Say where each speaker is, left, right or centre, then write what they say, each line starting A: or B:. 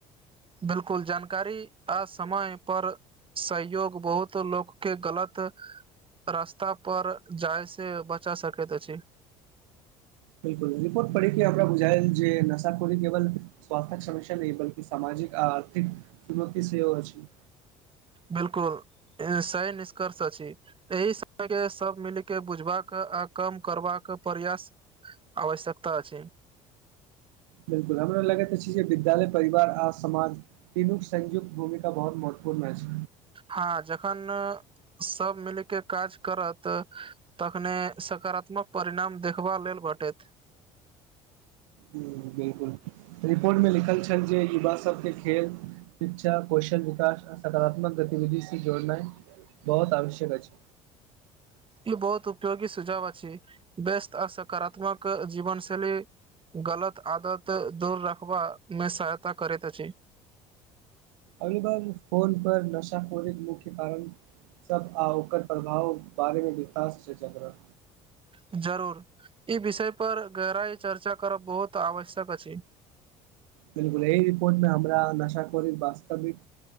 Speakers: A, on the right; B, on the right.
A: बिलकुल जानकारी आ समय पर सहयोग बहुत लोकके गलत रास्ता पर जाइ से बचा सकैत अछि
B: बिलकुल रिपोर्ट पढ़िक के हमरा बुझायल जे नशाखोरी केवल स्वास्थ्य्यक समस्या नहि बल्कि सामाजिक आ आर्थिक चुनौती सेहो अछि
A: बिलकुल इ सही निष्कर्ष अछि एहि समयके सब मिलके बुझबाक आ कम करबाक प्रयास आवश्यकता अछि
B: बिलकुल हमरा लगैत अछी जे विद्यालय परिवार आ समाज तीनुक संयुक्त भूमिका बहुत महत्वपूर्ण अछि
A: हँ जखन सब मिलके काज करत तखने सकारात्मक परिणाम देखबा लेल भेटैत
B: ह्म बिलकुल रिपोर्टमे लिखल छल जे युवा सभके खेल शिक्षा कौशल विकास आ सकारात्मक गतिविधि से जोड़नाइ बहुत आवश्यक अछि
A: ई बहुत उपयोगी सुझाव अछि बेस्त आर सकारातात्मक जीवनशैली गलत आदत दूर रखबामे सहायता करैत अची
B: अगी बार फोन पर नशा खोरी मुख्य कारण सब आ ओकर प्रभाव बारेमे विशास छै चक्र
A: जरूर ई विषय पर गहराई चर्चा करब बहुत आवश्यक अछि
B: बिलकुल एहि रिपोर्ट मे हमरा नशा खोरी वास्तविक